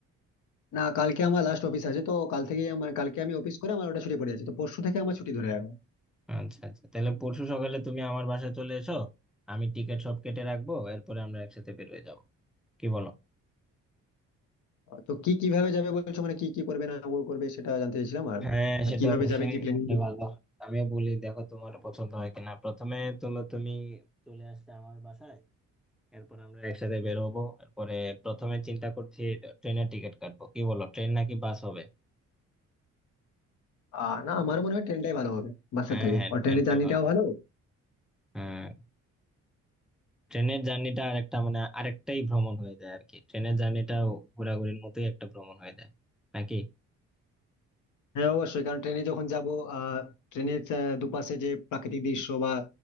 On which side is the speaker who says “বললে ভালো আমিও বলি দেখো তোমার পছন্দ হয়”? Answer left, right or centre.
Centre